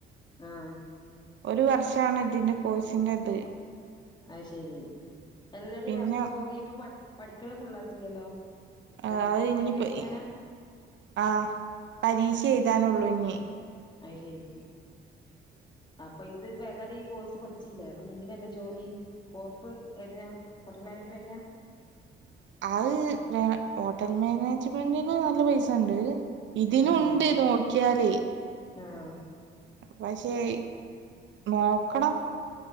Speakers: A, on the left (about 25°); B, on the right (about 70°).
A: ആഹ്
B: ഒര് വർഷാണ് ഇതിന്റെ കോഴ്സിന്റ ത്
A: അത് ശെരി എല്ലടീ
B: പിന്നെ
A: അപ്പൊ ഇയ്യ്പ്പൊ പഠി പഠിക്ക്ണെ ഫുള്ളായിട്ടില്ലല്ലോ അത്
B: ആഹ്
A: കംപ്ലീറ്റ്
B: ഇഞിപ്പഇ
A: കഴിഞ്ഞാ ചെയ്യാനാ
B: ആഹ് പരീക്ഷ എഴുതാനൊള്ളൂ ഇഞി
A: അയ് ശെരി അപ്പ ഇത് ഇപ്പ ഏതാലും ഈ കോഴ്സ് പഠിച്ചീലേ അപ്പ ഞി ഇതിനല്ലെ ജോലി സ്കോപ്പ് ഏതിനാ ഹോട്ടൽ മാനേജ്മെന്റിനാ?
B: ആഹ് വെ ഹോട്ടൽ മാനേജ്മെന്റിന് ന്നല്ല പൈസ ണ്ട് ഇതിനുണ്ട്
A: ആഹ്
B: ന്നോക്കിയാല്
A: ആഹ്
B: പക്ഷേയ് ന്നോക്കണം